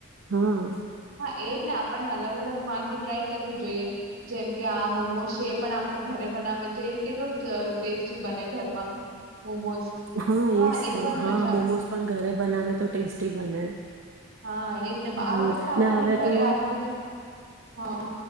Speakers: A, on the right (about 65°); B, on the right (about 85°).
A: હા.
B: હા એજ ને આપણને અલગ અલગ વાનગી ટ્રાય કરવી જોઈએ. જેમકે આ મોમોઝ છે એ પણ આપણે ઘરે બનાવે તો એ કેટલું ટેસ્ટી બને ઘરમાં મોમોઝ
A: હા એજ
B: એ
A: તો
B: પણ
A: હા
B: મજા
A: મોમોઝ
B: આવે.
A: પણ ઘરે બનાવે તો ટેસ્ટી બને.
B: હા એજ ને બહાર
A: હમ
B: કરતા આપણને
A: ને હવે
B: ઘરે
A: તો
B: આવો બધું હા